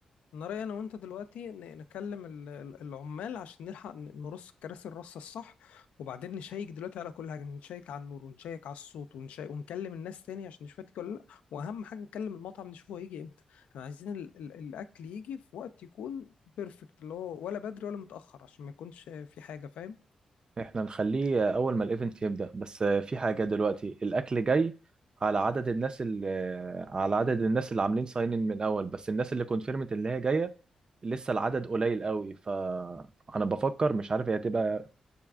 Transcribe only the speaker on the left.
انا رايي انا وانت دلوقتي ن- نكلم ال- ال- العمال عشان نلحق ن- نرص الكراسي الرصه الصح وبعدين نشيك دلوقتي على كل حاجه نشيك على النور ونشيك على الصوت ونشيك ونكلم الناس تاني عشان نشوف هتيجي ولا لا واهم حاجه نكلم المطعم نشوفه هيجي امتى احنا عايزين ال ال الاكل يجي في وقت يكون بيرفكت اللي هو ولا بدري ولا متاخر عشان ما يكونش في حاجه فاهم